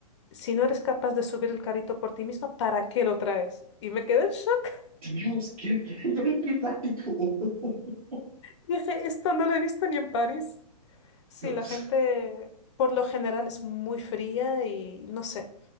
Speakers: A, on the left; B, on the right.
A: si no eres capaz de subir el carrito por ti misma, ¿para qué lo traes? Y me quedé en shock.
B: Dios, qué, qué antipático. <laughs>
A: Dije, esto no lo he visto ni en París. Sí,
B: Dios,
A: la gente por lo general es muy fría y no sé,